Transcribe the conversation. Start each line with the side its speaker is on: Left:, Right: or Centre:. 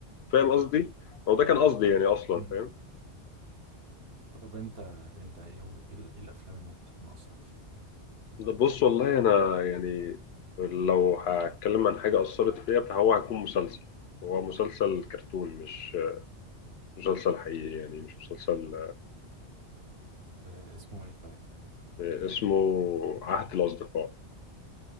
Left: فاهم قصدي؟ هو ده كان قصدي يعني أصلا
Right: مم.
Left: فاهم؟
Right: طب انت انت ايه و- ايه ال- إيه الافلام اللي ممكن تكون أثرت فيك
Left: لا، بص والله أنا يعني لو هتكلم عن حاجة أثرت فيا فهو هيكون مسلسل هو مسلسل كرتون مش مسلسل حقيقي يعني مش مسلسل
Right: آه اسمه ايه طيب
Left: اسمه عهد الأصدقاء